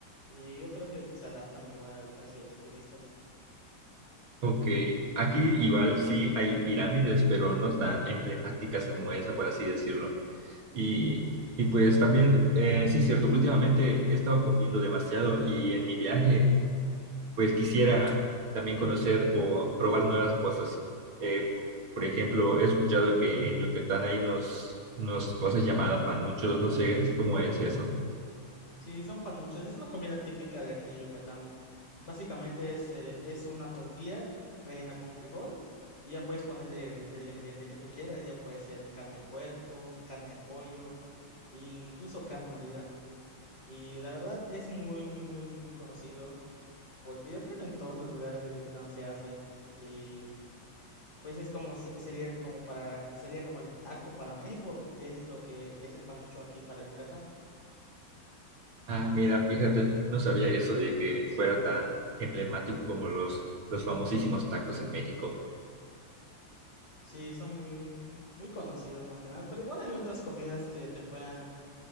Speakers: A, on the left (about 35°); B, on the right (about 85°).
A: y yo creo que se adaptan igual al precio de los turistas.
B: Ok, aquí igual sí hay pirámides, pero no tan emblemáticas como esa, por así decirlo. Y, y pues también, eh, sí, cierto, últimamente he estado comiendo demasiado y en mi viaje, pues quisiera también conocer o probar nuevas cosas. Eh, por ejemplo, he escuchado que en Yucatán hay unos, unas cosas llamadas panuchos, no sé cómo es eso.
A: Sí, son panuchos. Es una comida típica de aquí de Yucatán. Básicamente es, eh, es una tortilla rellena con frijol y ya puedes ponerle el, el ingrediente que tú quieras. Ya puede ser carne de puerco, carne de pollo, e incluso carne molida. Y la verdad es muy, muy, muy, muy conocido porque yo creo que en todos los lugares de Yucatán se hace. Y pues es como, se- sería el- como para, sería como el taco para México, es lo que es el panucho aquí para Yucatán.
B: Ah, mira, fíjate, no sabía eso de que fuera tan emblemático como los, los famosísimos tacos en México.
A: Sí, son muy, muy conocidos más que nada, pero igual hay otras comidas que te puedan